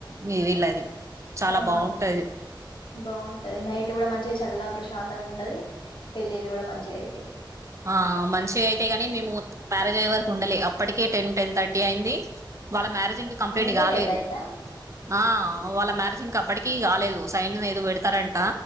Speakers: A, on the right; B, on the left.
A: మీ వీళ్ళది చాలా
B: అవును
A: బాగుంటది
B: బాగుంటది నైట్ నైట్ కూడా మంచి చల్ల ప్రశాంతంగా ఉంటది పెళ్ళిళ్ళు కూడా మంచిగయితాయి
A: ఆ మంచిగా అయితే గాని మేము మ్యారేజ్ అయ్యే వర్కు ఉండాలె అప్పటికే టెన్ టెన్ థర్టీ అయింది వాళ్ళ మ్యారేజింక కంప్లీట్
B: అంత
A: కాలేదు
B: లేట్ అయిందా?
A: ఆ వాళ్ళ మ్యారేజింగ్ ఇంక అప్పటికిీ కాలేదు సైన్ ఏదో పెడతారంట